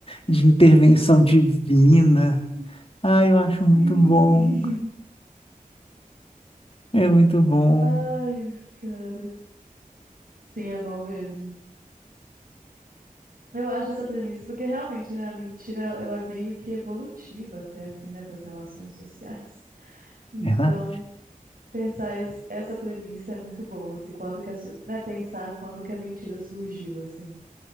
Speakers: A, on the left; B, on the right.
A: de intervenção divina.
B: Sim.
A: Ah, eu acho
B: sim.
A: muito bom. É muito bom.
B: Ai, cara. Sim, é bom mesmo. Eu acho essa premissa, porque realmente, né, a mentira, ela é meio que evolutiva até, assim, né, para as relações sociais. Então,
A: Verdade?
B: Pensar isso, essa premissa é muito boa, assim, quando que a, su- né, pensar quando que a mentira surgiu, assim.